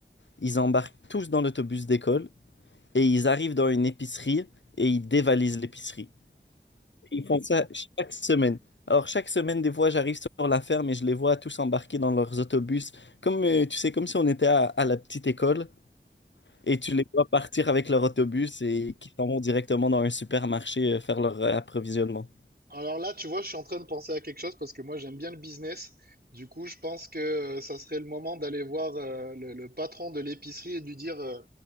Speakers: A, on the left; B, on the right.
A: Ils embarquent tous dans l'autobus d'école et ils arrivent dans une épicerie et ils dévalisent l'épicerie. Ils font ça chaque semaine. Alors chaque semaine, des fois, j'arrive sur la ferme et je les vois tous embarqués dans leurs autobus, comme euh, tu sais, comme si on était à, à la petite école et tu les vois partir avec leur autobus et qui s'en vont directement dans un supermarché euh, faire leur euh, approvisionnement.
B: Alors là, tu vois, je suis en train de penser à quelque chose parce que moi, j'aime bien le business. Du coup, je pense que euh, ça serait le moment d'aller voir euh, le, le patron de l'épicerie et de lui dire, euh,